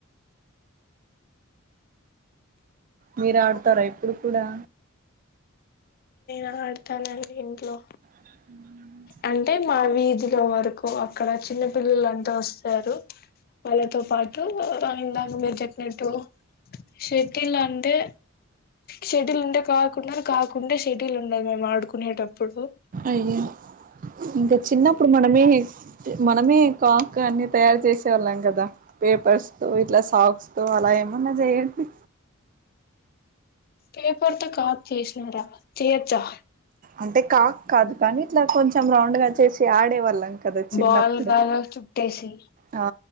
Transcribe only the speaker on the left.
ఆ అడుతలేదు ఇంట్లో
అంటే మా వీధిలో వరకు అక్కడ చిన్న పిల్లలు అంతా వస్తారు వాళ్ళతో పాటు ఇందాక మీరు చెప్పినట్టు షటియల్ అంటే షటిల్ ఉంటే కాదు కున్నారుర్ కాకుండ సడ్ ఉ మే ఆడు కునేటప్పుడు
పేపర్తో కాదు చేసినారా చేయొచ్చా
బాల్గాల చుట్టేసి